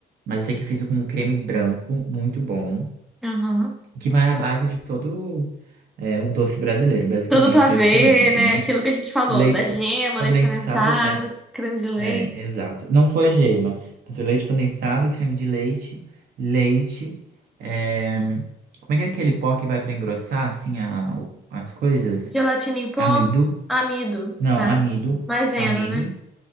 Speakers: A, on the right; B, in the centre.
A: Mas eu sei que fiz com um creme branco muito bom,
B: Aham.
A: que vai à base de todo é, o doce brasileiro, basicamente,
B: Todo
A: praticamente,
B: ver né?
A: né?
B: Aquilo que a gente falou,
A: Leite
B: da gema,
A: condensado,
B: leite condensado,
A: é,
B: creme de leite,
A: é, exato. Não foi gema, mas o leite condensado, creme de leite, leite. é, Como é que é aquele pó que vai para engrossar, assim, a- as coisas?
B: gelatina em pó,
A: Amido,
B: amido,
A: não,
B: tá?
A: amido,
B: Maisena,
A: amido,
B: né?